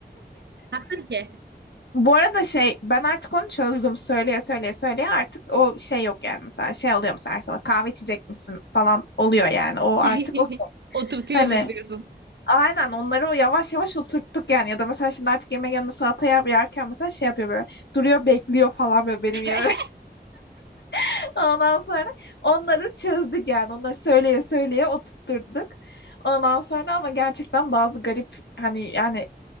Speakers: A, on the right (about 80°); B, on the left (about 80°).
A: Ne yaptın ki?
B: Bu arada şey ben artık onu çözdüm. Söyleye söyleye söyleye artık o şey yok yani mesela şey oluyor mesela her sabah kahve içecek misin falan oluyor yani. O artık
A: <laughs>
B: o
A: Oturtuyoruz
B: hani
A: diyorsun.
B: Aynen onları o yavaş yavaş oturttuk yani ya da mesela şimdi artık yemek yanında salata yer- yerken mesela şey yapıyor böyle duruyor bekliyor falan böyle benim
A: <laughs>
B: yememi. <laughs> Ondan sonra onları çözdük yani onları söyleye söyleye oturtturduk. Ondan sonra ama gerçekten bazı garip hani yani